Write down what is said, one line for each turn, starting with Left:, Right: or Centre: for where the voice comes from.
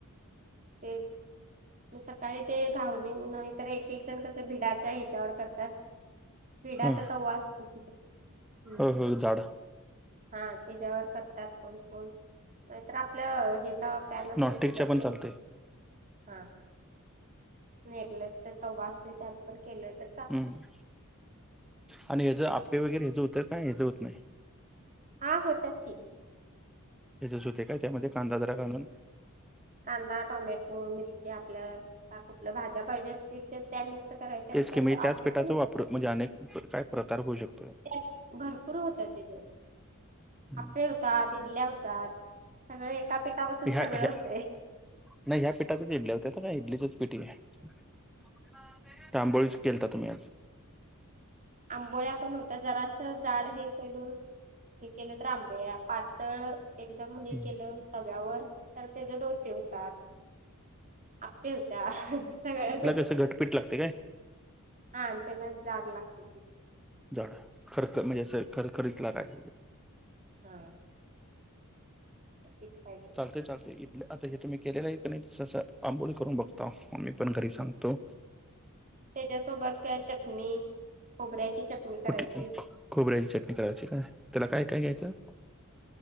Right: ते म सकाळी ते घाऊून ये नाहीतर एक एक जण कस भिडाच्या ह्याच्यावर करतात. भिडाचा
Centre: ह
Right: तवा असतो तिथ हम्म.
Centre: हो हो जाड.
Right: हा त्याच्यावर करतात कोण कोण नाहीतर आपल्या हे त प्यान असतय
Centre: नॉनस्टिकच्या
Right: तेच्यात
Centre: पण चालतय
Right: <unintelligible> नाही आपल्या तवा असतय त्यात पण केले तर
Centre: हम्म आणि याच आपे वगैरे हच होतं काय याच होत नाही.
Right: हा होतात की.
Centre: हयाजच होतय का त्यामध्ये कांदा जरा घालून?
Right: कांदा, टोमॅटो, मिरची आपल्या कुठल्या भाज्या पाहिजे असतील त्या त्या मिक्स करायच्या
Centre: तेच
Right: आणि
Centre: की मी
Right: त्या
Centre: त्याच
Right: आप्पे
Centre: पिठाचा
Right: पण होतात
Centre: वापर म्हणजे
Right: <unintelligible>
Centre: अनेक काय प्रकार होऊ शकतो.
Right: त्यात भरपूर होत ते दि
Centre: हम्म.
Right: आपे होतात, इडल्या होतात. सगळं एका पिठापासून
Centre: ह्या
Right: सगळं
Centre: ह्या
Right: होतय.
Centre: नाही ह्या पीठाचे इडल्या होतात ना नाही इडली पीठ घ्यायचं आंबोळ्या केलता तुम्ही आज?
Right: आंबोळ्या पण होत्या जरास जाड हे केल हे केलं तर आंबोळ्या पा तळ एकदम हे
Centre: ह
Right: केलं तव्यावर तर त्याचे डोसे होतात. आपे होत्या सगळ्याच होत्या.
Centre: घट पीट लागते काय?
Right: हा आणि त्याला जाड लागते पीठ.
Centre: जाड खरख म्हणजे खरखरीत लागाय.
Right: हां. पीठ पाहिजे.
Centre: चालते चालते इथ आता हे तुम्ही केलेलं आहे क नाही त आंबोळी करून बघता म मी पण घरी सांगतो.
Right: त्याच्यासोबत काय चटणी खोबऱ्याची चटणी करायची.
Centre: कुठली खो- खोबऱ्याची चटणी करायची काय त्याला काय काय घ्यायचं?